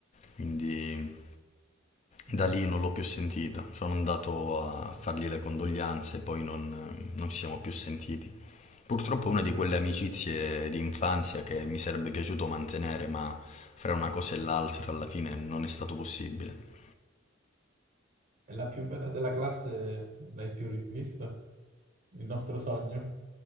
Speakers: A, on the left; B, on the right.
A: quindi
B: Mm.
A: da lì non l'ho più sentita. Sono andato a fargli le condoglianze, poi non, mm, non ci siamo più sentiti. Purtroppo è una di quelle amicizie di infanzia che mi sarebbe piaciuto mantenere, ma fra una cosa e l'altra alla fine non è stato possibile.
B: È la più bella della classe, l'hai più rivista? Il nostro sogno?